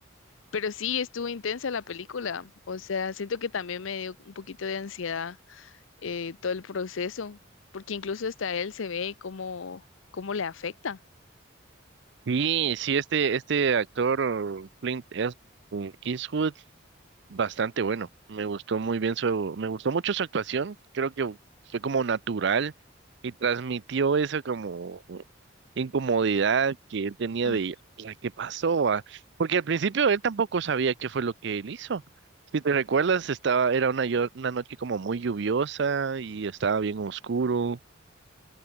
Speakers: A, on the left; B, on the right.
A: Pero sí, estuvo intensa la película. O sea, siento que también me dio un poquito de ansiedad eh, todo el proceso, porque incluso hasta él se ve cómo, cómo le afecta.
B: Sí, sí, este, este actor Clint Eas- Eastwood bastante bueno. Me gustó muy bien su, me gustó mucho su actuación. Creo que fue como natural y transmitió esa como incomodidad que él tenía
A: Mm.
B: de la que pasó, va?". Porque al principio él tampoco sabía qué fue lo que él hizo. Si te recuerdas, estaba, era una, llo- una noche como muy lluviosa y estaba bien oscuro.